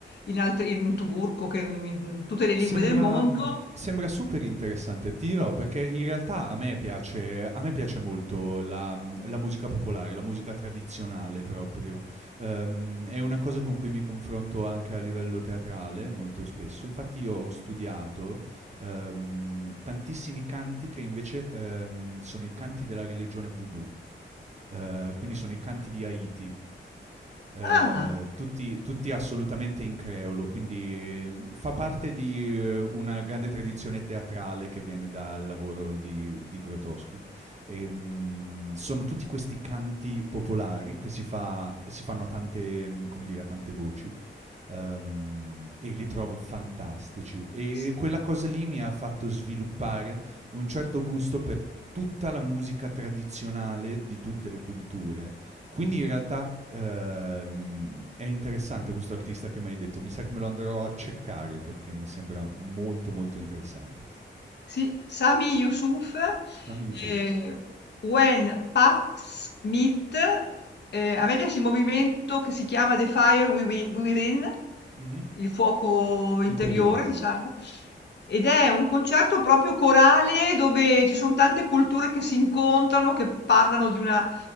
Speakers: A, on the left; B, on the right.
A: in, altri, in turco, che, in tutte le
B: Sembra
A: lingue del mondo.
B: mhmm, sembra super interessante. Ti dirò, perché in realtà a me piace a me piace molto la mhmm, la musica popolare, la musica tradizionale proprio. Ehm, è una cosa con cui mi confronto anche a livello teatrale molto spesso. Infatti io ho studiato, ehm, tantissimi canti che invece, ehm, sono i canti della religione voodoo, ehm, quindi sono i canti di Haiti. eh,
A: Ah,
B: tutti, tutti assolutamente in creolo, quindi eh, fa parte di eh, una grande tradizione teatrale che viene dal lavoro di, di Grotowski. E, mm, sono tutti questi canti popolari che si, fa- si fanno a tante, mm, come dire, a tante voci Ehm, e li trovo fantastici. E
A: s-
B: quella cosa lì mi ha fatto sviluppare un certo gusto per tutta la musica tradizionale di tutte le culture. Quindi in realtà, ehm, è interessante questo artista che mi hai detto, mi sa che me lo andrò a cercare perché mi sembra molto, molto interessante.
A: sì, Sami Yusuf,
B: Sami Yusuf.
A: eh, When Paths Meet, eh, a me piace il movimento che si chiama The Fire Within,
B: Mh-mh.
A: il fuoco interiore,
B: Interiore.
A: diciamo. Ed è un concerto proprio corale dove ci son tante culture che si incontrano, che parlano di una,